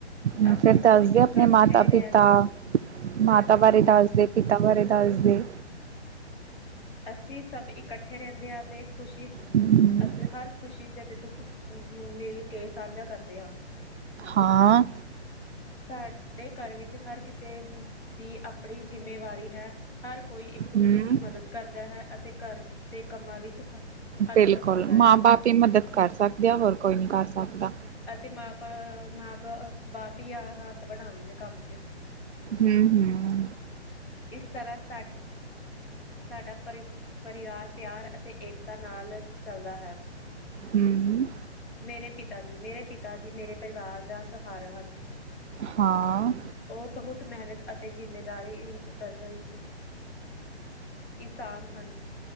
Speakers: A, on the right (about 80°); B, on the left (about 65°).
A: ਹ
B: ਅਸੀਂ
A: ਫੇਰ
B: ਸਭ
A: ਦੱਸਦੇ
B: ਇਕੱਠੇ
A: ਆਪਣੇ ਮਾਤਾ
B: ਰਹਿੰਦੇ
A: ਪਿਤਾ
B: ਹਾਂਜੀ
A: ਮਾਤਾ ਬਾਰੇ
B: ਚਾ
A: ਦੱਸਦੇ ਪਿਤਾ ਬਾਰੇ ਤਾਜ਼ੇ
B: ਅਸੀਂ ਸਭ ਇਕੱਠੇ ਰਹਿੰਦੇ ਹਾਂ ਅਤੇ ਖੁਸ਼ੀ
A: ਹੂੰ,
B: ਅਤੇ ਹਰ ਖੁਸ਼ੀ ਅਤੇ ਦੁੱਖ ਨੂੰ ਮਿਲ ਕੇ ਸਾਂਝਾ ਕਰਦੇ ਹਾਂ।
A: ਹਾਂ।
B: ਸਾਡੇ ਘਰ ਵਿੱਚ ਹਰ ਕਿਸੇ ਦੀ ਆਪਣੀ ਜਿੰਮੇਵਾਰੀ ਹੈ ਹਰ ਕੋਈ ਇੱਕ ਦੂਜੇ
A: ਹੂੰ।
B: ਦੀ ਮਦਦ ਕਰਦਾ ਹੈ ਅਤੇ ਘਰ ਦੇ ਕੰਮਾਂ ਵਿੱਚ ਹੱਥ
A: ਬਿਲਕੁਲ
B: ਵਟਾਉਂਦਾ
A: ਮਾਂ
B: ਹੈ
A: ਬਾਪ ਹੀ ਮਦਦ ਕਰ ਸਕਦੇ ਆ ਹੋਰ ਕੋਈ ਨੀ ਕਰ ਸਕਦਾ।
B: ਅਤੇ ਮਾਂ ਬਾ ਮਾਂ ਬਾ ਬਾਪ ਹੀ ਆ ਹੱਥ ਬਣਾਉਂਦੇ ਨੇ ਕੰਮ ਚ
A: ਹਮ ਹਮ।
B: ਇਸ ਤਰ੍ਹਾਂ ਸਾਡੇ ਸਾਡਾ ਪਰਿ ਪਰਿਵਾਰ ਪਿਆਰ ਅਤੇ ਏਕਤਾ ਨਾਲ ਚੱਲਦਾ ਹੈ
A: ਹੂੰ,
B: ਮੇਰੇ ਪਿਤਾ ਜੀ। ਮੇਰੇ ਪਿਤਾ ਜੀ ਮੇਰੇ ਪਰਿਵਾਰ ਦਾ ਸਹਾਰਾ ਹਨ।
A: ਹਾਂ।
B: ਉਹ ਬਹੁਤ ਮਿਹਨਤ ਅਤੇ ਜਿੰਮੇਦਾਰੀ ਕਰ ਰਹੀ ਇਸਾਨ ਹਨ